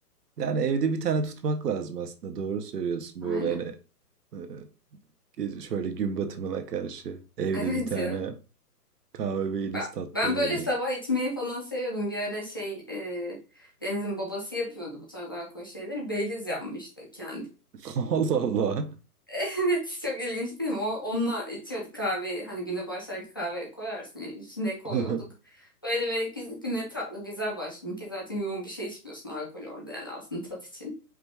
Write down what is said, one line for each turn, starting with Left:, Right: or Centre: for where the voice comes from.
Right: Yani evde bir tane tutmak lazım aslında. Doğru söylüyorsun
Left: Aynen
Right: böyle hani e, gece- şöyle gün batımına karşı evde
Left: evet
Right: bir tane
Left: ya
Right: kahve Baileys
Left: Ba-
Right: tatlı
Left: ben
Right: olurdu.
Left: böyle sabah içmeyi falan seviyordum bir ara şey e, Deniz'in babası yapıyordu bu tarz alkol şeyleri Baileys yapmıştı kendi
Right: <laughs> Allah Allah.
Left: Evet çok ilginç değil mi? O, onunla içiyorduk kahve. Hani güne başlarken kahve koyarsın. ya, içine koyuyorduk.
Right: <laughs>
Left: Böyle böyle güz- güne tatlı güzel başladım ki zaten yoğun bir şey içmiyorsun alkol orada yani aslında tat için.